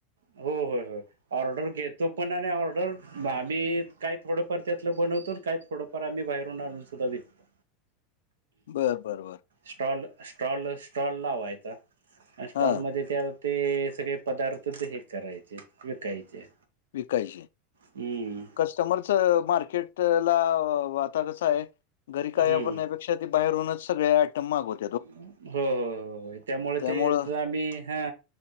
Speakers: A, on the right (about 75°); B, on the left (about 75°).
A: हो होय होय ऑर्डर घेतो पण आणि ऑर्डर आम्ही काही थोडंफ त्या बवतून काय थोडंफार आम्ही बाहेरून आणून सुद्धा विकतो.
B: बरं बरं बरं.
A: स्टॉल स्टॉल स्टॉल लावा्हायचा स्टॉलमध्ये
B: हा
A: त्या ते सगळे पदार्थ हे करायचे विकायचे.
B: विकायचे
A: हम्म
B: कस्टमरच मार्केट ला व व आता कसं आहे घरी काय
A: हम्म
B: वापरण्यापेक्षा ती बाहेर होूनच सगळे आयटम मागवत
A: हो हो हो त्यामुळे
B: त्यामुळं
A: ते ज आम्ही हा.